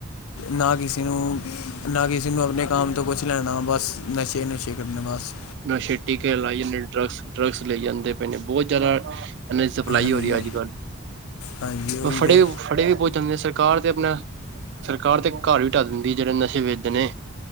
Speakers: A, on the left (about 85°); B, on the right (about 55°).
A: ਨਾ ਕਿਸੇ ਨੂੰ ਨਾ ਕਿਸੇ ਨੂੰ ਆਪਣੇ ਕੰਮ ਤੋਂ ਕੁਛ ਲੈਣਾ ਬਸ ਨਸ਼ੇ ਨੂੰਸ਼ੇ ਕਰਨ ਬਾਸ
B: ਨਸ਼ੇ ਟੀਕੇ ਲਾਈ ਜਾਂਦੇ ਡਰੱਗਸ ਡਰੱਗਸ ਲਈੈ ਜਾਂਦੇ ਪਏ ਨੇ ਬਹੁਤ ਜ਼ਿਆਦਾ ਇਹਨੇ ਸਭ ਲਾਈ
A: ਹਾਂਜੀ
B: ਹੋ ਰਹੀ ਹੈ ਅੱਜ ਕੱਲ
A: ਹਾਂਜੀ ਉਹੀ
B: ਫੜੇ
A: ਤੇ
B: ਵੀ ਫੜੇ ਵੀ ਬਹੁਤ ਜਾਂਦੇ ਨੇ ਸਰਕਾਰ ਤੇ ਆਪਣਾ ਸਰਕਾਰ ਤੇ ਘਰ ਵੀ ਟਾ ਦਿੰਦੀ ਜਿਹੜੇ ਨਸ਼ੇ ਵੇਚਦੇ ਨੇ